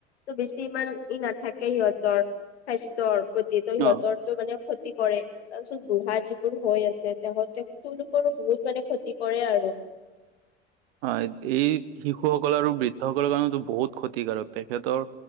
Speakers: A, on the left (about 70°); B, on the right (about 60°).
A: ত' বেছি ইমান ই নাথাকে সিহতৰ স্বাস্থ্যৰ প্ৰতি টো সিহতৰটো
B: অ
A: মানে ক্ষতি কৰে। তাৰপিছত বুঢ়া যিবোৰ হৈ আছে তেও তেওঁলোকৰো বহুত মানে ক্ষতি কৰে আৰু। <inaudible>
B: হয় এই শিশুসকল আৰু বৃদ্ধসকলৰ কাৰণো বহুত ক্ষতিকাৰক তেখেতৰ